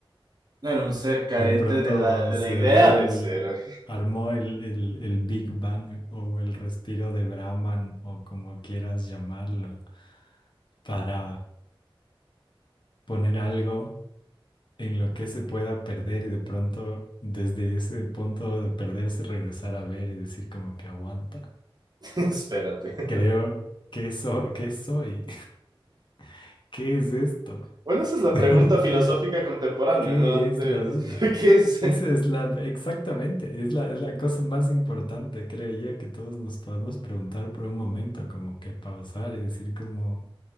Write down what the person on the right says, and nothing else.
No era un ser carente
de la, de
la idea
de
ser.
<laughs> Espérate.
Bueno, esa es la
pregunta filosófica contemporánea,
¿no? Antes,
<laughs> ¿qué es